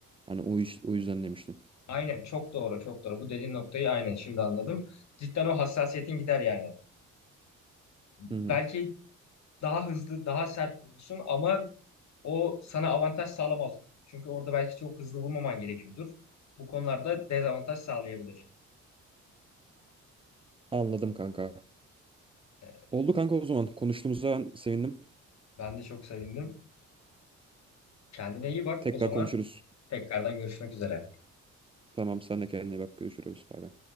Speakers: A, on the right; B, on the left.
A: Hani o iş, o yüzden demiştim.
B: Aynen çok doğru, çok doğru. Bu dediğin noktayı aynen şimdi anladım. Cidden o hassasiyetin gider yani. Belki
A: Hı hı.
B: daha hızlı, daha sert vurursun ama O sana avantaj sağlamaz. Çünkü orada belki çok hızlı vurmaman gerekiyordur. Bu konularda dezavantaj sağlayabilir.
A: Anladım kanka.
B: Ee,
A: Oldu kanka o zaman. Konuştuğumuza sevindim.
B: Ben de çok sevindim. Kendine iyi bak
A: Tekrar
B: o zaman.
A: konuşuruz.
B: Tekrardan görüşmek üzere.
A: Tamam sen de kendine iyi bak. Görüşürüz. Bay bay.